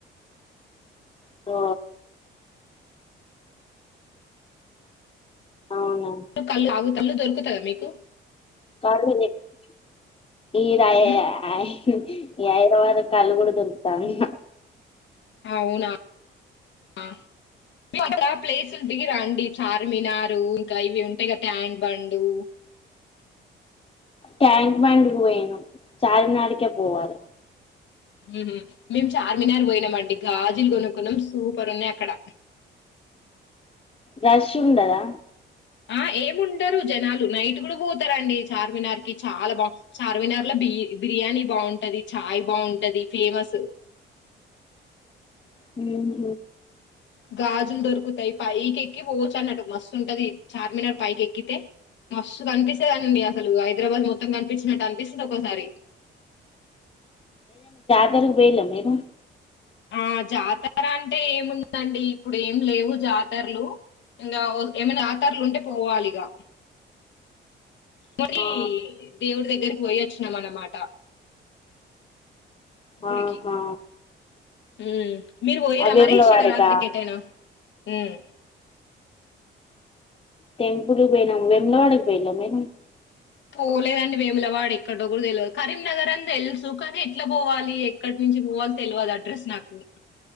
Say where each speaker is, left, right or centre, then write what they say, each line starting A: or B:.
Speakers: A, on the left (about 30°); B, on the left (about 65°).
A: ఓ అవునా
B: కల్లు అగు కల్లు దొరుకుతయా మీకు
A: కల్లు <unintelligible> ఈ రాయయే
B: ఉమ్
A: అయ్ ఈ ఐదు వరకు కల్లు కూడా దొరుకుతై అన్నా
B: అవునా <inaudible> ప్లేస్లు దిగిరాండి చార్మినార్ ఇంకా ఇవి ఉంటాయి కదా ట్యాంక్ బండు
A: ట్యాంక్ మండ్కు పోయ్నామ్ చార్మినార్కే పోవాలి
B: హ్మ్ హు మేము చార్మినార్ పోయినామండి గాజులు కొనుక్ కొన్నాం సూపరున్నాయి అక్కడ
A: రష్ ఉండదా
B: ఆ ఏమి ఉండరు జనాలు నైట్ కూడా పోతారండి చార్మినార్ కి చాలా బా చార్మినార్ లో బి బిర్యానీ బాగుంటది చాయ్ బాగుంటది ఫేమస్
A: మ్మ్
B: గాజులు దొరుకుతాయి పైకి ఎక్కి పోచు అన్నాటు మస్తు ఉంటది చార్మినార్ పైకి ఎక్కితే మస్సు కనిపిస్తుందినండి అసలు హైదరాబాద్ మొత్తం కనిపించినట్టు అనిపిస్తుంది ఒక్కోసారి
A: కు పోయిళ్ల మీరు
B: ఆ జాతర అంటే ఏముందండి ఇప్పుడు ఏం లేవు జాతరలు ఇంకా ఏమైనా జాతరలు ఉంటే పోవాలిగా మరి
A: ఆ
B: దేవుడు దగ్గరకి పోయి అచ్చు న మనమాట గుడికి
A: ఆహా
B: మ్మ్ మీరు పోయిరా
A: ఆ వేములవాడకా
B: మరి శివరాత్రి కేటైనా మ్మ్
A: టెంపుల్ పోయినాము వెములవాడకి పోయిళం మేము
B: పోలేదండి వేముల వాడు ఎక్కడోకుడ తెలియదు కరీంనగర్ అని తెలుసు కానీ ఎట్లా పోవాలి ఎక్కడి నుంచి పోవాలి తెలియదు అడ్రస్ నాకు